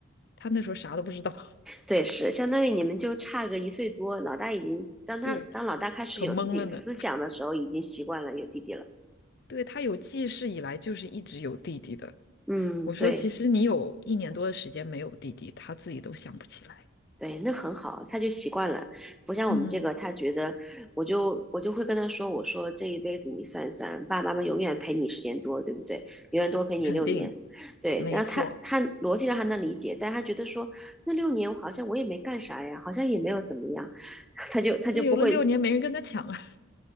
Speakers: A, on the left; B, in the centre.
A: 他那时候啥都不知道，<laughs>
B: 对，是相当于你们就差个一岁多，老大已经当他当老大开始有自己思想的时候，
A: 对，可懵了呢。
B: 已经习惯了有弟弟了。
A: 对，他有记事以来就是一直有弟弟的。
B: 嗯，
A: 我说其实你有一年多的时间没有弟弟，
B: 对
A: 他自己都想不起来。
B: 对，那很好，他就习惯了，不像我们这个，
A: 嗯，
B: 他觉得我就我就会跟他说，我说这一辈子你算一算，爸爸妈妈永远陪你时间多，对不对？永远多陪你六年，
A: 肯定，
B: 对。
A: 没错，
B: 然后他他逻辑上还能理解，但他觉得说那六年我好像我也没干啥呀，好像也没有怎么样，<laughs> 他就他就不会
A: 自由了六年，没人跟他抢啊。